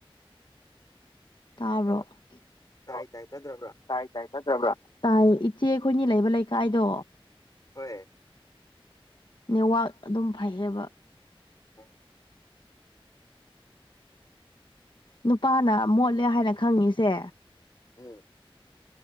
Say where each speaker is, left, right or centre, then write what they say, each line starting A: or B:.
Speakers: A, on the left; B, on the left.
A: ꯇꯥꯕ꯭ꯔꯣ
B: ꯑꯇꯧꯋꯥ ꯇꯥꯏ
A: ꯑꯣ
B: ꯇꯥꯏ ꯇꯟꯗ꯭ꯔꯕ꯭ꯔꯥ
A: ꯇꯥꯏ ꯇꯥꯏ ꯆꯠꯇꯔꯥꯕ ꯇꯥꯏ ꯏꯆꯦ ꯑꯩꯈꯣꯏꯅꯤ ꯂꯩꯕ ꯂꯩꯀꯥꯏꯗꯣ
B: ꯍꯣꯏꯑꯦ
A: ꯅꯦꯋꯥꯛ ꯑꯗꯨꯝ ꯐꯩꯌꯦꯕ
B: ꯎꯝ
A: ꯅꯨꯄꯥꯅ ꯃꯣꯠꯂꯦ ꯍꯥꯏꯅ ꯈꯪꯉꯤꯁꯦ
B: ꯎꯝ